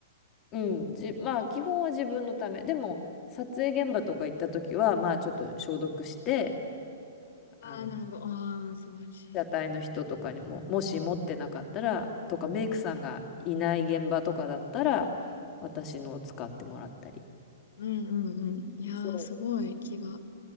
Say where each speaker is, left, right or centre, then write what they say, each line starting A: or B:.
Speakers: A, on the left (about 30°); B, on the left (about 60°).
A: うんじまあ基本は自分のためでも撮影現場とか行った時はまあちょっと消毒して
B: はいああ、
A: あの
B: なるほど。ああ、素晴らしい。
A: 車体の人とかにも、もし持ってなかったら、とかメイクさんがいない現場とかだったら、私のを使ってもらったり。
B: うんうんうん。いやー、
A: そ
B: すごい気が